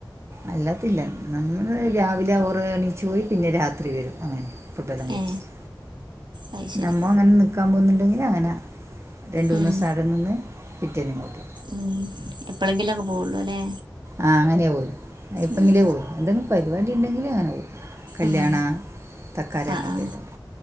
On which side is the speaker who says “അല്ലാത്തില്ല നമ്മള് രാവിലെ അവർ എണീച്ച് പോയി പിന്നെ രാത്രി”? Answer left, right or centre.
Right